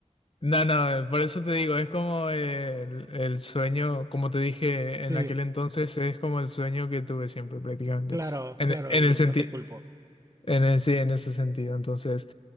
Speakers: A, on the left (about 50°); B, on the right (about 25°).
A: No, no, por eso te digo, es como eh, el, el sueño, como te dije
B: Sí.
A: en aquel entonces, es como el sueño que tuve siempre prácticamente,
B: Claro,
A: en,
B: claro,
A: e- en
B: y
A: el
B: no
A: sentido,
B: te culpo.
A: en el- sí, en ese sentido. Entonces,